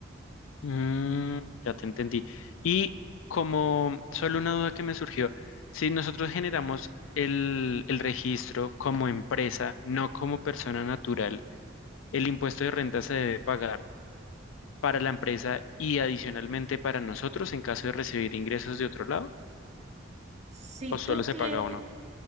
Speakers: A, on the left (about 80°); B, on the right (about 35°).
A: Mm, ya te entendí. Y como solo una duda que me surgió, si nosotros generamos el, el registro como empresa, no como persona natural, El impuesto de renta se debe pagar para la empresa y adicionalmente para nosotros en caso de recibir ingresos de otro lado,
B: Si
A: o
B: tú
A: solo se
B: tienes,
A: paga uno.